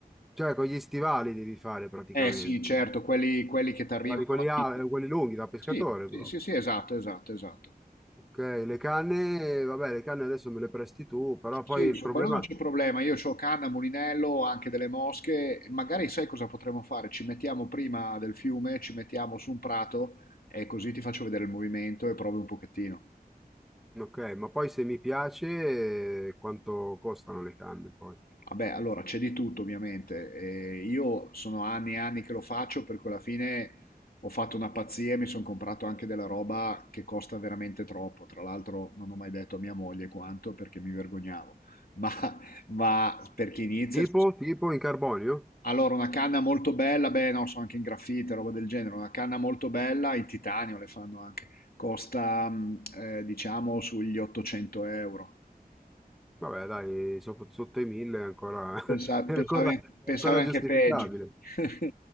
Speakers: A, in the centre; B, on the left (about 70°).
A: Cioè con gli stivali devi fare praticamente.
B: Eh sì, certo, quelli, quelli che ti arrivano
A: Guardi quelli,
B: alla
A: a-
B: fine.
A: quelli lunghi da pescatore,
B: Sì, sì,
A: bro.
B: sì, sì, esatto, esatto, esatto.
A: Ok, le canne, vabbè, le canne adesso me le presti tu, però
B: Sì,
A: poi il
B: su
A: problema...
B: quello non c'è problema. Io ho canna, mulinello, anche delle mosche. Magari sai cosa potremmo fare? Ci mettiamo prima del fiume, ci mettiamo su un prato e così ti faccio vedere il movimento e provi un pochettino.
A: Ok, ma poi se mi piace, eh, quanto costano le canne poi?
B: Vabbè, allora c'è di tutto ovviamente. E io sono anni e anni che lo faccio perché alla fine ho fatto una pazzia e mi sono comprato anche della roba che costa veramente troppo. Tra l'altro non ho mai detto a mia moglie quanto perché mi vergognavo. <laughs> Ma, ma per chi inizia...
A: Tipo, tipo in carbonio?
B: Allora, una canna molto bella, beh no, so anche in graffite, roba del genere, una canna molto bella, in titanio le fanno anche, costa mm, eh, diciamo sugli 800 euro.
A: Vabbè, dai, sop- sotto i 1000 è ancora, <laughs>
B: Pensa- Pensavi,
A: è ancora,
B: an-
A: è
B: pensavi
A: ancora
B: anche
A: giustificabile.
B: peggio. <laughs>